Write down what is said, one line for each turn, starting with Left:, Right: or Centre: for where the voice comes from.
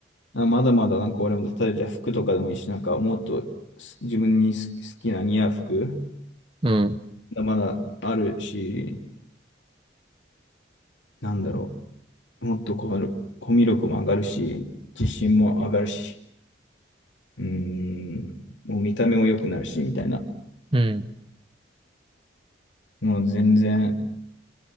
Left: あ、まだまだなんか俺も、例えばじゃあ服とかでもいいし、なんかもっとす自分にす好きな似合う服、
Right: うん、
Left: まだまだあるし、なんだろう、もっとこのコミュ力も上がるし、自信も上がるし、うーん、もう見た目も良くなるし、みたいな。
Right: うん。
Left: もう全然